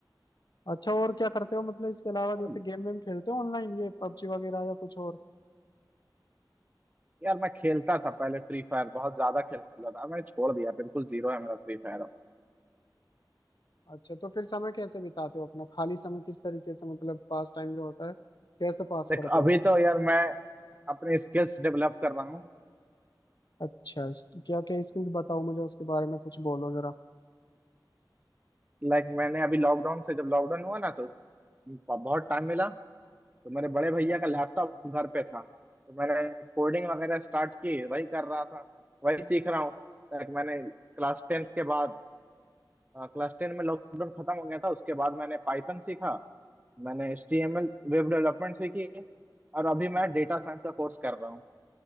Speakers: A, on the left; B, on the right.
A: अच्छा और क्या करते हो मतलब इसके अलावा जैसे
B: और
A: गेम वेम खेलते हो ऑनलाइन ये पबजी वगैरह या कुछ और
B: यार मैं खेलता था पहले फ्री फायर बहुत ज्यादा खेलता था अब मैंने छोड़ दिया बिल्कुल जीरो है मेरा फ्री फायर अब
A: अच्छा तो फिर समय कैसे बिताते हो अपना खाली समय किस तरीके से मतलब पास टाइम जो होता है कैसे पास
B: देख
A: करते
B: अभी
A: हो
B: तो यार मैं अपने स्किल्स डेवलप कर रहा हूँ
A: अच्छा क्या क्या स्किल्स बताओ मुझे उसके बारे में कुछ बोलो जरा
B: लाइक मैंने अभी लॉकडाउन से जब लॉकडाउन हुआ ना तो बहुत टाइम मिला तो मेरे बड़े भैया
A: अच्छा
B: का लैपटॉप घर पे था तो मैंने कोडिंग वगैरह स्टार्ट की वही कर रहा था वही सीख रहा हूँ लाइक मैंने क्लास टेंथ के बाद क्लास टेन में लॉकडाउन खत्म हो गया था उसके बाद मैंने पाइथन सीखा मैंने H T M L web development सीखी और अभी मैं डेटा साइंस का कोर्स कर रहा हूँ